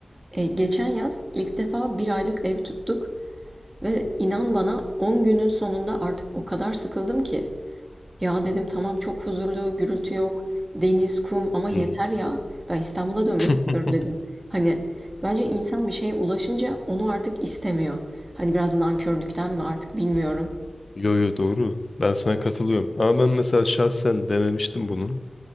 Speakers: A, on the right; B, on the left.
A: E, geçen yaz ilk defa bir aylık ev tuttuk ve inan bana 10 günün sonunda artık o kadar sıkıldım ki ya dedim tamam çok huzurlu, gürültü yok, deniz, kum ama yeter
B: hı hı.
A: ya. Ben İstanbul'a dönmek
B: <laughs>
A: istiyorum dedim. Hani bence insan bir şeye ulaşınca onu artık istemiyor. Hani biraz nankörlükten mi artık bilmiyorum.
B: Yo yo doğru. Ben sana katılıyorum. Ama ben mesela şahsen denemiştim bunu.